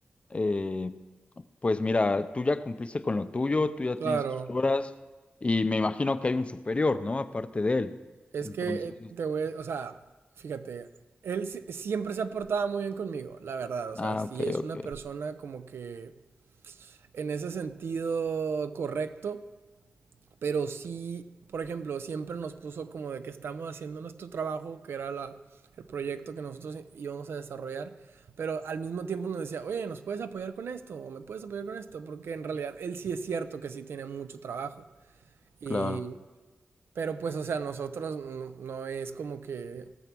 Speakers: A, on the left; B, on the right.
A: eh, pues mira, tú ya cumpliste con lo tuyo, tú ya
B: claro.
A: tienes tus horas y me imagino que hay un superior, ¿no? Aparte de él.
B: Es
A: Entonces,
B: que eh, te voy, o sea, fíjate, él si- siempre se ha portado muy bien conmigo, la verdad. O sea,
A: ah,
B: sí
A: ok,
B: es
A: ok,
B: una persona como que en ese sentido correcto. pero sí, por ejemplo, siempre nos puso como de que estamos haciendo nuestro trabajo, que era la, el proyecto que nosotros íbamos a desarrollar, pero al mismo tiempo nos decía, oye, ¿nos puedes apoyar con esto? ¿O me puedes apoyar con esto? Porque en realidad él sí es cierto que sí tiene mucho trabajo. Y,
A: claro.
B: pero pues, o sea, nosotros no, no es como que,